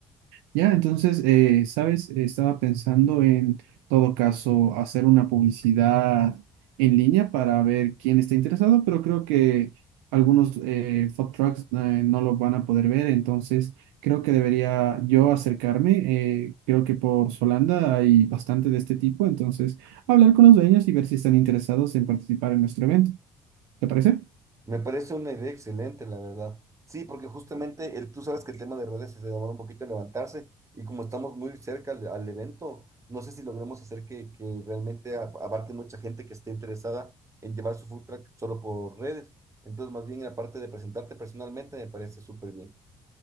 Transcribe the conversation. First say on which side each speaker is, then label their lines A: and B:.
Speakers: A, on the right; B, on the right.
A: Ya, entonces, eh, ¿sabes? Estaba pensando en todo caso hacer una publicidad en línea para ver quién está interesado, pero creo que algunos eh, food trucks eh, no lo van a poder ver, entonces creo que debería yo acercarme. eh, creo que por Solanda hay bastante de este tipo, entonces hablar con los dueños y ver si están interesados en participar en nuestro evento. ¿Te parece?
B: Me parece una idea excelente, la verdad. Sí, porque justamente el, tú sabes que el tema de redes se demora un poquito en levantarse y como estamos muy cerca al, al evento, no sé si logremos hacer que, que realmente a- abarque mucha gente que esté interesada en llevar su food truck solo por redes. Entonces, más bien la parte de presentarte personalmente me parece súper bien.